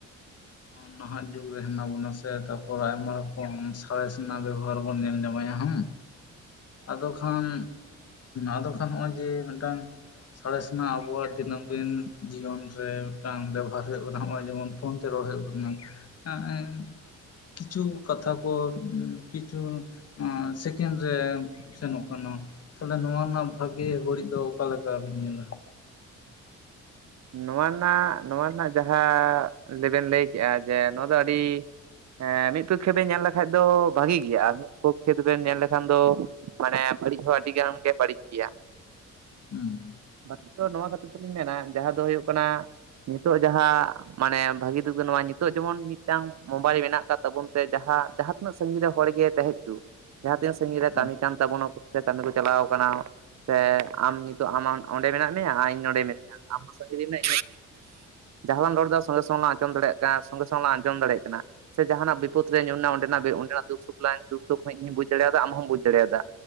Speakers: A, on the right; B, on the left.
A: <unintelligible>
B: ᱱᱟᱦᱟᱜ ᱡᱩᱜᱽ ᱨᱮ ᱦᱮᱱᱟᱜ ᱵᱚᱱᱟ ᱥᱮ ᱛᱟᱯᱚᱨ ᱟᱭᱢᱟ ᱨᱚᱠᱚᱢ ᱥᱟᱬᱮᱥ ᱨᱮᱱᱟᱜ ᱵᱮᱵᱚᱦᱟᱨ ᱵᱚᱱ ᱧᱮᱞ ᱧᱟᱢᱟᱭᱟ ᱦᱮᱸ᱾
A: <unintelligible>
B: ᱟᱫᱚ ᱠᱷᱟᱱ, ᱟᱫᱚ ᱠᱷᱟᱱ ᱦᱚᱜᱼᱚᱭ ᱡᱮ ᱢᱮᱫᱴᱟᱝ ᱥᱟᱬᱮᱥ ᱨᱮᱱᱟᱜ ᱟᱵᱚᱣᱟᱜ ᱫᱤᱱᱟᱹᱢ ᱫᱤᱱ ᱡᱤᱭᱚᱱ ᱨᱮ ᱢᱤᱫᱴᱟᱝ ᱵᱮᱵᱚᱦᱟᱨ ᱦᱩᱭᱩᱜ ᱠᱟᱱᱟ ᱱᱚᱜ-ᱚᱭ ᱡᱮᱢᱚᱱ ᱯᱷᱳᱱ ᱛᱮ ᱨᱚᱲ ᱦᱩᱭᱩᱜ ᱠᱟᱱᱟ ᱮᱸᱼᱼ ᱠᱤᱪᱷᱩ ᱠᱟᱛᱷᱟ ᱠᱚ ᱠᱤᱪᱷᱩᱼᱼ ᱦᱮᱸ ᱥᱮᱠᱮᱱᱰ ᱨᱮ ᱥᱮᱱᱚᱜ ᱠᱟᱱᱟ᱾ ᱛᱟᱦᱚᱞᱮ ᱱᱚᱣᱟ ᱨᱮᱱᱟᱜ ᱵᱷᱟᱜᱮ ᱵᱟᱹᱲᱤᱡ ᱫᱚ ᱚᱠᱟ ᱞᱮᱠᱟ ᱵᱤᱱ ᱧᱮᱞᱟ᱾
A: ᱱᱚᱣᱟ ᱨᱮᱱᱟᱜ ᱱᱚᱣᱟ ᱨᱮᱱᱟᱜ ᱡᱟᱸᱦᱟ ᱞᱟᱹᱭᱵᱮᱱ ᱞᱟᱹᱭ ᱠᱮᱜᱟ ᱡᱮ ᱱᱚᱣᱟ ᱫᱚ ᱟᱹᱰᱤ- ᱦᱮᱸ ᱢᱤᱫ ᱯᱚᱠᱠᱷᱮ ᱵᱮᱱ ᱧᱮᱞ ᱞᱮᱠᱷᱟᱡ ᱫᱚ ᱵᱷᱟᱜᱤ ᱜᱮᱭᱟ ᱢᱤᱫ ᱯᱚᱠᱷᱮ ᱵᱮᱱ ᱧᱮᱞ ᱞᱮᱠᱷᱟᱱ ᱫᱚ ᱢᱟᱱᱮ ᱵᱟᱹᱲᱤᱡ ᱦᱚᱸ ᱟᱹᱰᱤ ᱜᱟᱱ ᱜᱮ ᱵᱟᱹᱲᱤᱡ ᱜᱮᱭᱟ
B: ᱦᱩᱸ
A: ᱵᱠᱤ ᱫᱚ ᱱᱚᱣᱟ ᱠᱷᱟᱹᱛᱤᱨ ᱛᱮᱞᱤᱧ ᱢᱮᱱᱟ ᱡᱟᱸᱦᱟ ᱫᱚ ᱦᱩᱭᱩᱜ ᱠᱟᱱᱟ ᱱᱤᱛᱚᱜ ᱡᱟᱸᱦᱟ ᱢᱟᱱᱮ ᱵᱷᱟᱹᱜᱤ ᱫᱩᱜᱤ ᱫᱚ ᱱᱚᱣᱟ ᱱᱤᱛᱚᱜ ᱡᱮᱢᱚᱱ ᱢᱤᱫᱴᱟᱝ ᱢᱳᱵᱟᱭᱤᱞ ᱢᱮᱱᱟᱜ ᱟᱠᱟᱫ ᱛᱟᱵᱚᱱ ᱛᱮ ᱡᱟᱸᱦᱟ ᱩᱱᱟᱹᱜ ᱥᱟᱺᱜᱤᱧ ᱨᱮ ᱦᱚᱲ ᱜᱮ ᱛᱟᱦᱮᱸ ᱦᱩᱪᱩ ᱡᱟᱸᱦᱟ ᱛᱤᱱᱟᱜ ᱥᱟᱺᱜᱤᱧ ᱨᱮ
B: ᱦᱩᱸ
A: ᱠᱟᱹᱢᱤ ᱠᱟᱱ ᱛᱟᱵᱚᱱᱟ ᱥᱮ ᱠᱟᱹᱢᱤ ᱠᱚ ᱪᱟᱞᱟᱣ ᱟᱠᱟᱱᱟ ᱥᱮ ᱟᱢ ᱱᱤᱛᱚᱜ ᱟᱢ ᱚᱸᱰᱮ ᱢᱮᱱᱟᱜ ᱢᱮᱭᱟ ᱟᱨ ᱤᱧ ᱱᱚᱸᱰᱮ ᱢᱤᱱᱟᱹᱧᱟ ᱟᱢᱦᱚ ᱥᱟᱺᱜᱤᱧ ᱡᱟᱸᱦᱟ ᱵᱚᱱ ᱨᱚᱲ ᱮᱫᱟ ᱥᱚᱸᱜᱮ ᱥᱚᱝᱜᱮ ᱞᱟᱝ ᱟᱸᱚᱡᱚᱢ ᱫᱟᱲᱮᱭᱟᱜ ᱠᱟᱱᱟ ᱥᱚᱸᱜᱮ ᱥᱚᱸᱜᱮ ᱞᱟᱝ ᱟᱸᱡᱚᱢ ᱫᱟᱲᱭᱟᱜ ᱠᱟᱱᱟ ᱥᱮ ᱡᱟᱦᱟᱱᱟᱜ ᱵᱤᱯᱚᱫ ᱨᱮ ᱧᱩᱨᱱᱟ ᱚᱸᱰᱮᱱᱟᱜ ᱚᱸᱰᱮᱱᱟᱜ ᱫᱩᱠ ᱥᱩᱠ ᱫᱩᱠ ᱥᱩᱠ ᱤᱧ ᱦᱩᱧ ᱵᱩᱡ ᱫᱟᱲᱭᱟᱫᱟ ᱟᱢ ᱦᱚᱢ ᱵᱩᱡᱽ ᱫᱟᱲᱮᱭᱟᱫᱟ